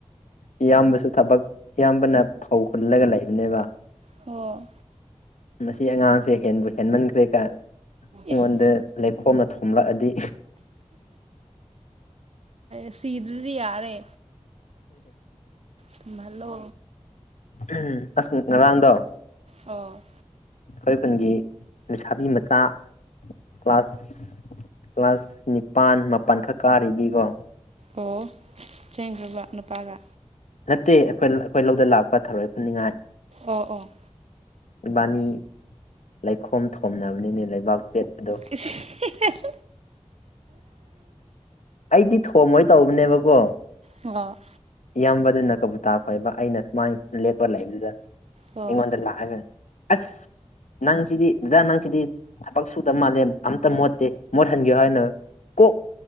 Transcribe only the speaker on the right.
ꯍ <unintelligible>
ꯏꯁ
ꯁꯤꯗ꯭ꯔꯗꯤ ꯌꯥꯔꯦ ꯊꯨꯝꯍꯜꯂꯣ
ꯑꯣ
ꯑꯣ ꯆꯦꯡꯈ꯭ꯔꯕ ꯅꯨꯄꯥꯒ
ꯑꯣ ꯑꯣ
<unintelligible>
ꯋꯥ
ꯑꯣ ꯑꯣ